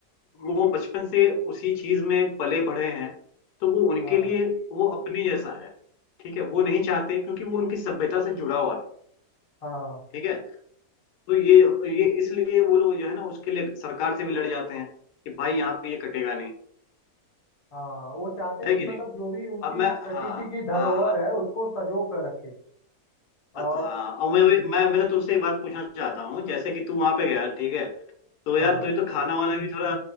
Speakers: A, on the left; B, on the left.
A: वो बचपन से उसी चीज में पले बढ़े हैं तो वो उनके
B: हाँ
A: लिए वो अपने जैसा है ठीक है वो नहीं चाहते क्योंकि वो उनकी सभ्यता से जुड़ा हुआ है
B: हाँ
A: ठीक है तो ये ये इसलिए वो लोग जो है ना उसके लिए सरकार से भी लड़ जाते हैं कि भाई यहाँ पे ये कटेगा नहीं
B: हाँ वो चाहते हैं
A: है
B: कि
A: कि
B: मतलब
A: नहीं
B: जो भी उनकी
A: अब मैं
B: प्रकृति
A: हाँ
B: की धरोहर
A: हाँ हाँ
B: है उसको सजो कर रखे और
A: अत- हाँ अब मैं मैं मैं तो तुमसे एक बात पूछना चाहता हूँ जैसे कि तू वहां पे गया ठीक है तो
B: हाँ
A: यार तुझे तो खाना वाना भी थोड़ा